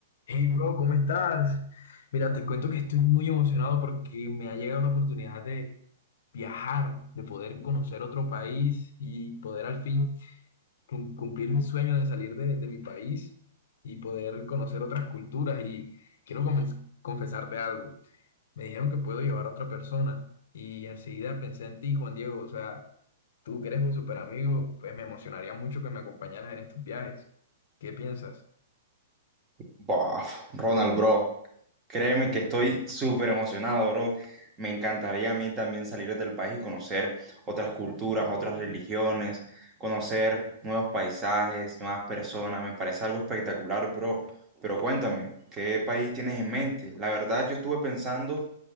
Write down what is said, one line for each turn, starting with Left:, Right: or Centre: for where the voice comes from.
Left: Hey, bro, ¿cómo estás? Mira, te cuento que estoy muy emocionado porque me ha llegado la oportunidad de viajar, de poder conocer otro país y poder al fin cum- cumplir mi sueño de salir de, de mi país y poder conocer otras culturas. Y quiero comen- confesarte algo. Me dijeron que puedo llevar a otra persona y enseguida pensé en ti, Juan Diego. O sea, tú que eres mi super amigo, pues me emocionaría mucho que me acompañaras en estos viajes. ¿Qué piensas?
Right: Bof, Ronald, bro, créeme que estoy súper emocionado, bro. Me encantaría a mí también salir del país y conocer otras culturas, otras religiones, conocer nuevos paisajes, nuevas personas. Me parece algo espectacular, bro. Pero cuéntame, ¿qué país tienes en mente? La verdad, yo estuve pensando,